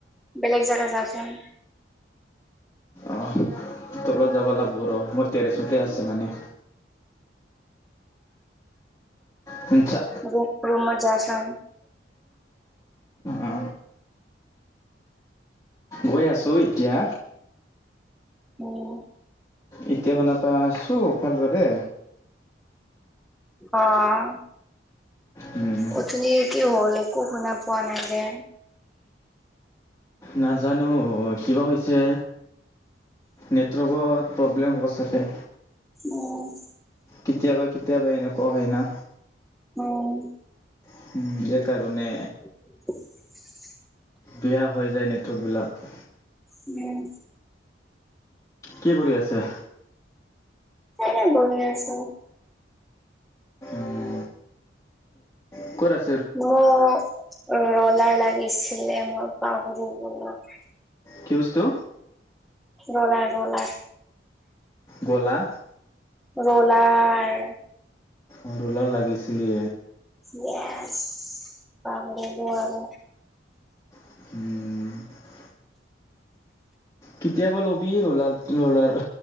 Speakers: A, in the centre; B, on the left.
A: বেলেগ জাগাত যাচোন।
B: আহ, তলত যাব লাগব ৰ! মই টেৰেছতে আছোঁ মানে। শুনছা
A: উম, ৰুমত যাচোন।
B: অ গৈ আছোঁ এতিয়া।
A: উম।
B: এতিয়া শুনা পাই আছোঁ ভালদৰে।
A: অ'
B: উম
A: অথনি কি হ'ল, একো শুনা পোৱা নাই যে?
B: নাজানো কিবা হৈছে? নেটৱৰ্কত প্ৰব্লেম হ'ব চাগে।
A: উম।
B: কেতিয়াবা কেতিয়াবা এনেকুৱা হয় না?
A: অ'ম।
B: <unintelligible> কাৰণে
A: <inaudible>
B: বেয়া হৈ যায় নেটৱৰ্কবিলাক।
A: উম।
B: কি কৰি আছে?
A: এনে বহি আছোঁ।
B: উম। ক'ত আছ
A: মোৰ ৰলাৰ লাগিছিলে, মই পাহৰি গ'লো।
B: কি বস্তু?
A: Roller roller.
B: গ'লা?
A: ৰ'লাৰ।
B: অ' ৰ'লাৰ লাগিছিলে।
A: য়েছ, পাহৰিলো আৰু।
B: উম। কেতিয়াবা ল'বি ৰ'লাৰ ল'লাৰ